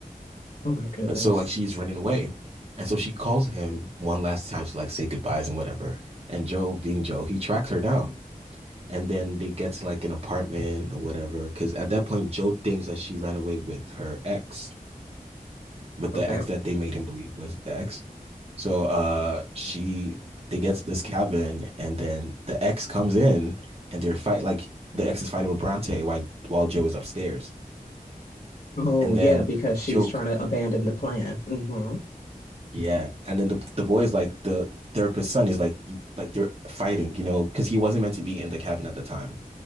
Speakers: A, on the left; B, on the right.
A: Oh my goodness.
B: But so like she's running away. And so she calls him one last time to like say goodbyes and whatever. And Joe, being Joe, he tracks her down and then they get like an apartment or whatever. Because at that point, Joe thinks that she ran away with her ex, with
A: Okay.
B: the ex that they made him believe was the ex. So uh, she they get to this cabin, and then the ex comes in, and they're fight like the ex is fighting with Bronte while while Joe is upstairs,
A: Oh
B: and
A: yeah,
B: then
A: because she's
B: Joe.
A: trying to abandon the plan. Mm-hmm.
B: Yeah, and then the the boy is like the therapist's son is like you like they're fighting, you know, because he wasn't meant to be in the cabin at the time.